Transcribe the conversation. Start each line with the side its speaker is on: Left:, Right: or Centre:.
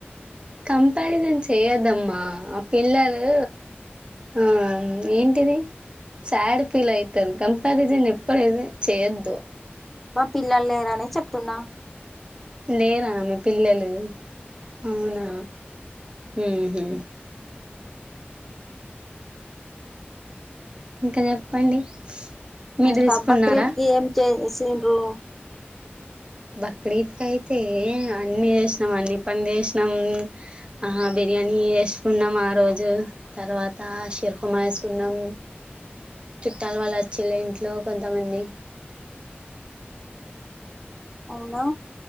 Right: కంపారిజన్ చేయదమ్మా ఆ పిల్లలు ఆ ఏంటిది సాడ్ ఫీల్ అయితరు కంపారిజన్ ఎప్పుడైతే చేయొద్దు
Centre: మా పిల్లలు లేరనే చెప్తున్నా
Right: లేేరా మీ పిల్లలు అవునా
Centre: లేరు
Right: ఉహు ఇంక చెప్పండి మీరు తీసుకున్నారా
Centre: తబకరీట్కి ఏం చేసింరు
Right: బక్రీద్ కు అయితే అన్ని చేసినాం అన్ని పని చేసినాం ఆ బిర్యానీ వేసుకున్నాం ఆరోజు తర్వాత సెల్ఫ్ మా చేసుకున్నాం చుట్టాల వాళ్ళు వచ్చిళ్ళు ఇంట్లో కొంతమంది
Centre: అవునా